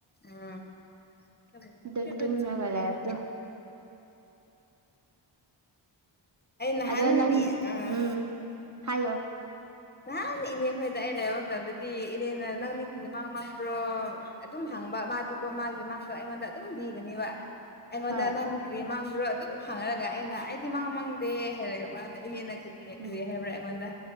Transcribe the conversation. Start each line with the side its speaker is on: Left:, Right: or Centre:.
Left: ꯎꯝ <unintelligible>
Right: ꯑꯗꯨꯝ ꯇꯨꯝꯔꯒ ꯂꯩꯕꯗꯣ
Left: ꯑꯩ ꯅꯍꯥꯟ
Right: ꯑꯗꯣ ꯅꯪ
Left: ꯑꯥ
Right: ꯎꯝ ꯍꯥꯏꯌꯣ
Left: ꯅꯍꯥꯟ ꯏꯅꯦ ꯈꯣꯏꯗ ꯑꯩ ꯂꯩꯕ ꯃꯇꯝꯗꯗꯤ ꯏꯅꯦꯅ ꯅꯪ ꯗꯤ ꯀꯔꯤ ꯃꯪ ꯃꯪꯕ꯭ꯔꯣ ꯑꯗꯨꯝ ꯍꯪꯕ ꯃꯥꯗꯤꯀꯣ ꯃꯥꯒꯤ ꯃꯥꯡꯗꯣ ꯑꯩꯉꯣꯟꯗ ꯑꯗꯨꯝ ꯂꯤꯒꯅꯦꯕ ꯑꯩꯉꯣꯟꯗ
Right: ꯍꯣꯏ
Left: ꯅꯪꯗꯤ ꯀ꯭ꯔꯤ ꯃꯥꯡꯕ꯭ꯔꯣ ꯑꯗꯨꯝ ꯍꯥꯡꯔꯒ ꯑꯩꯅ ꯑꯩꯗꯤ ꯃꯥꯡ ꯃꯥꯡꯗꯦ ꯍꯥꯏꯔꯒ ꯃꯥꯅ ꯏꯅꯦꯅ ꯀꯔꯤ
Right: ꯎꯝ
Left: ꯍꯥꯏꯕ꯭ꯔꯥ ꯑꯩꯉꯣꯟꯗ